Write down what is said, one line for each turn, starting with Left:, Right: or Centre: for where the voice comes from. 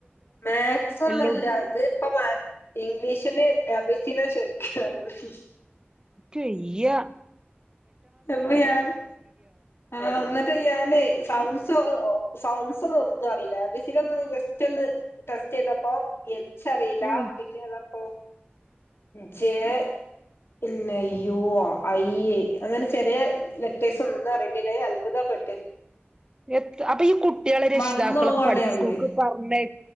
Left: മാക്സ് ഒന്നുല്ല
Right: എല്ലോ
Left: അത് ഇപ്പം ഇംഗ്ലീഷില് നബിസിനെ ശരിക്ക് പറ
Right: ക്ക് വയ്യാ
Left: എന്ന് ഞാൻ ആ എന്നിട്ട് ഞാനേ സൗ സോ സൗണ്ട്സ് ഒന്നു ഒന്നും അറിയില്ല A B C D just ഒന്ന് ടെസ്റ്റ് ചെയ്തപ്പോ റിയില്ല
Right: ഉം
Left: പിന്നെ അതാപ്പം ജെ പിന്നെ യുവോ ഐ അങ്ങനെ ചെറിയ ലെറ്റേഴ്സ് ഒന്നും അറിയണനില്ല ആഹ് അത്ഭുതപ്പെട്ട ട്ടെ
Right: ഏഹ് അപ്പൊ ഈ കുട്ടികളെ രക്ഷിതാക്കളൊക്കെ
Left: മറന്നു പോവാണ്
Right: പഠിച്ച
Left: പറഞ്ഞ്
Right: സ്കൂളിലേക്ക് പറഞ്ഞായി